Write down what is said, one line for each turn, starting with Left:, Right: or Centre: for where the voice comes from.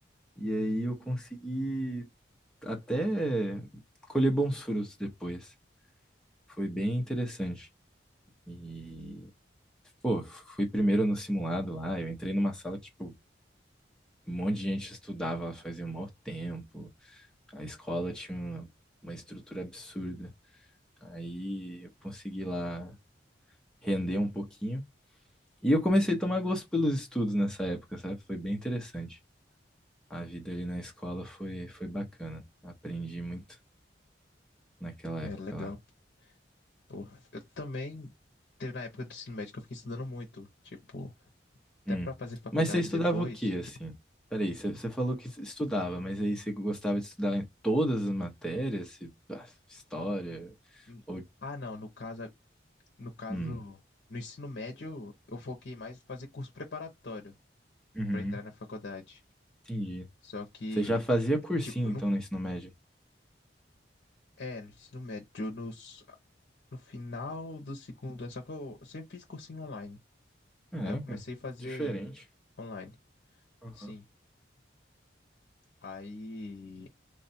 Centre: E aí eu consegui até colher bons frutos depois. Foi bem interessante. e Pô, fui primeiro no simulado lá, eu entrei numa sala que, tipo, um monte de gente estudava, fazia um maior tempo, a escola tinha uma, uma estrutura absurda. Aí eu consegui lá render um pouquinho. E eu comecei a tomar gosto pelos estudos nessa época, sabe? Foi bem interessante. A vida ali
Left: Sim.
Centre: na escola foi, foi bacana. Aprendi muito naquela época
Left: É legal.
Centre: lá.
Left: Pô, eu também teve na época do ensino médio que eu fiquei estudando muito, tipo, até
Centre: Hum.
Left: pra fazer faculdade
Centre: Mas você estudava
Left: depois,
Centre: o quê, assim?
Left: tipo,
Centre: Peraí, você, você falou que estudava, mas aí você gostava de estudar em todas as matérias? Se- ah, História?
Left: hum,
Centre: Ou...
Left: ah, não, no caso, no caso,
Centre: Hum.
Left: no ensino médio eu foquei mais em fazer curso preparatório
Centre: Uhum.
Left: pra entrar na faculdade.
Centre: Entendi.
Left: Só que,
Centre: Você já fazia cursinho,
Left: tipo,
Centre: então,
Left: no,
Centre: no ensino médio?
Left: é, no ensino médio, no, s- no final do segundo ano, só que eu sempre fiz cursinho online.
Centre: Caraca,
Left: Aí eu comecei a fazer
Centre: diferente.
Left: online,
Centre: Aham.
Left: sim. Aí